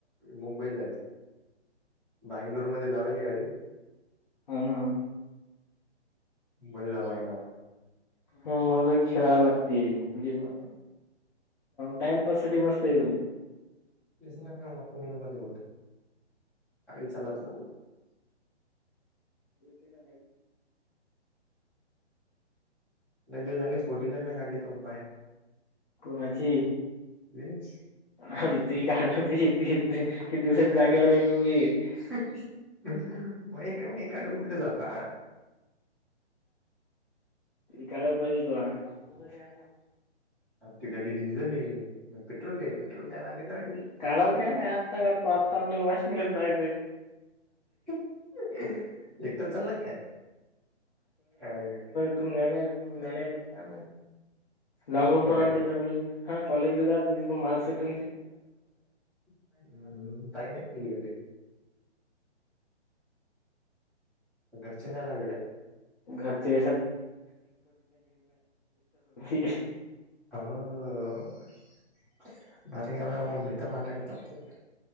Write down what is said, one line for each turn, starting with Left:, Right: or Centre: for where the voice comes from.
Centre: मुंबईला जायचं. बांगलोर मध्ये लावेले गाडी.
Left: हो ना.
Centre: मुंबईला जायला लागेल आता
Left: मले खेळा लागती <unintelligible> एक टईम पास स मत येई पन
Centre: दिस नाही का मस्त निघून जात बोठ गाडी चालात ल
Left: ब
Centre: दिवस झाले फोर व्हीलर नाही गडली तो बाहेर
Left: कोणाची
Centre: अच
Left: <unintelligible> किती दिवसा जागेवर आहे <unintelligible>
Centre: <unintelligible> <unintelligible> काढून कुठे जाता?
Left: करायला पाहिजे होत लका, करू का त्याला फोन?
Centre: ते गाडी डिझेल ए त्यात पेट्रोल पेट्रोल काय लागले तर लागले
Left: काळव काय त आतालं वाॉशिंगले जाय
Centre: एक तर चालला काय का
Left: ्या न काय जमून पण
Centre: नाही ना
Left: त्याच्याक हा कॉज मारकट
Centre: <unintelligible> घरचे न्ह्याय लागले काय?
Left: घरचे <unintelligible>
Centre: हो, <unintelligible>